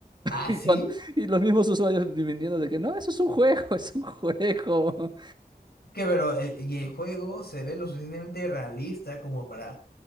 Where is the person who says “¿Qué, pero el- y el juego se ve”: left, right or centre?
Left